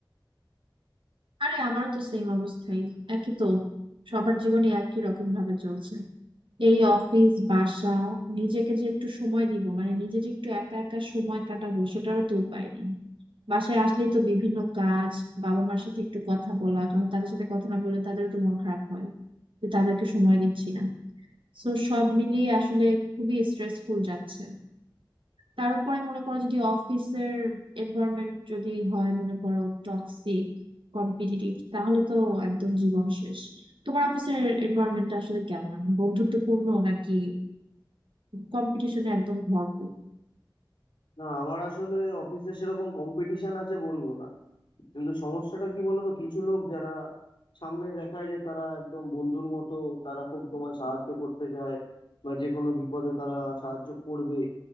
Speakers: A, on the right; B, on the left.
A: আরে আমারও তো সেম অবস্থাই একই তো সবার জীবনে একই রকম ভাবে চলছে এই অফিস বাসা নিজেকে যে একটু সময় দিব মানে নিজে যে একটু একা একা সময় কাটাবো সেটারও তো উপায় নেই বাসায় আসলেই তো বিভিন্ন কাজ বাবা মার সাথে একটু কথা বলা কারণ তাদের সাথে কথা না বললে তাদেরও তো মন খারাপ হয় যে তাদেরকে সময় দিচ্ছি না তো সব মিলিয়ে আসলে খুবই স্ট্রেসফুল যাচ্ছে তার উপরে মনে করো যদি অফিসের এনভায়রনমেন্ট যদি হয় মনে করো টক্সিক কম্পিটিটিভ তাহলে তো একদম জীবন শেষ তোমার অফিসের এনভায়রনমেন্টটা আসলে কেমন বন্ধুত্বপূর্ণ নাকি কম্পিটিশনে একদম ভরপুর
B: না আমার আসলে অফিসে সেরকম কম্পিটিশন আছে বলবো না কিন্তু সমস্যাটা কি বলতো কিছু লোক যারা সামনে দেখায় যে তারা একদম বন্ধুর মতো তারা খুব তোমায় সাহায্য করতে চায় বা যে কোনো বিপদে তারা সাহায্য করবে